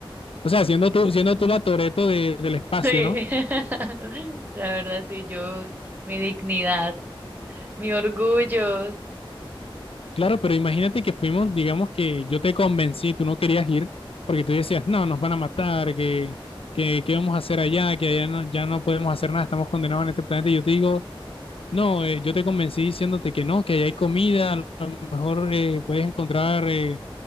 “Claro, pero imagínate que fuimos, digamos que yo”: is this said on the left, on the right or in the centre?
Left